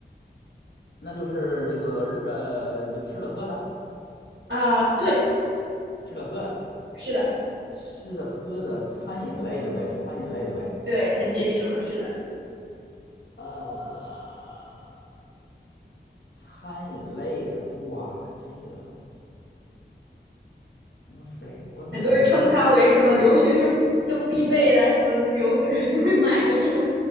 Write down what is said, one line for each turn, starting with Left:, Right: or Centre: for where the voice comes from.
Left: 那就是这个日呃，就吃的喝的，
Right: 啊、对，
Left: 吃的喝的。
Right: 是的，
Left: 吃的、喝的、餐饮类的呗，餐饮类的呗，
Right: 对，很接近了，是的。
Left: 呃，餐饮类的，哇，这个，哇塞，我怎么感觉不是？
Right: 很多人称它为什么留学生都必备的，什么游子肯定会买的这种。